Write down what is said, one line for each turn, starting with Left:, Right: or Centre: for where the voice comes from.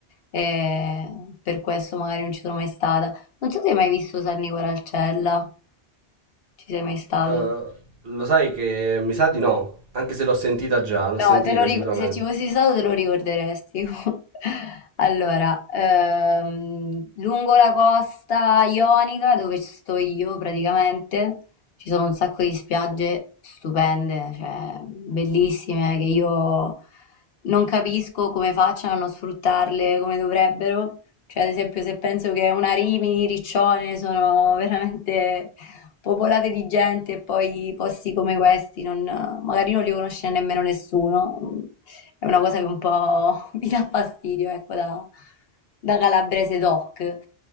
Left: eh, per questo magari non ci sono mai stata. Non so se hai mai visto San Nicola al Cella, ci sei mai stato?
Right: Eh, lo sai che mi sa di no, anche se l'ho sentita già, l'ho sentita
Left: No, te lo ric-
Right: sicuramente.
Left: se ci fossi stato te lo ricorderesti. <laughs> Allora, ehm, lungo la costa ionica, dove ci sto io praticamente, ci sono un sacco di spiagge stupende, cioè bellissime, che io non capisco come facciano a non sfruttarle come dovrebbero. Cioè, ad esempio, se penso che una Rimini, Riccione sono veramente popolate di gente e poi posti come questi non- magari non li conosce nemmeno nessuno. È una cosa che un po' mi dà fastidio, ecco, da, da calabrese doc.